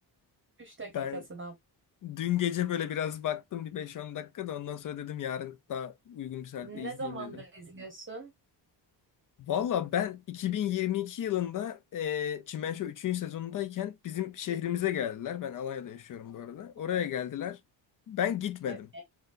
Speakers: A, on the right (about 25°); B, on the left (about 45°).
A: 3 dakikasına.
B: Ben Dün gece böyle biraz baktım bir beş on dakika da ondan sonra dedim yarın daha uygun bir saatte
A: Ne
B: izleyeyim
A: zamandır
B: dedim.
A: izliyorsun?
B: Valla ben 2022 yılında e, Çimen Show 3. sezonundayken bizim şehrimize geldiler. Ben Alanya'da yaşıyorum bu arada. Oraya
A: Hı hı.
B: geldiler. Ben gitmedim.
A: Evet.